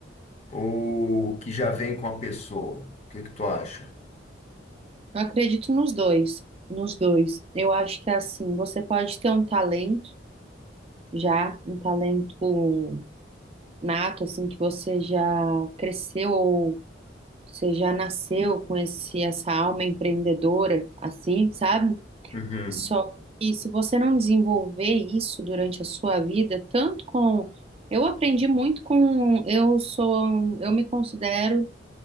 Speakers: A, on the left (about 35°); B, on the right (about 30°).
A: ou que já vem com a pessoa? O que que tu acha?
B: Eu acredito nos dois, nos dois. Eu acho que assim, você pode ter um talento já, um talento nato, assim, que você já cresceu ou você já nasceu com esse, essa alma empreendedora, assim, sabe?
A: Uhum,
B: Só que se você não desenvolver isso durante a sua vida, tanto com. Eu aprendi muito com. Eu sou. Eu me considero.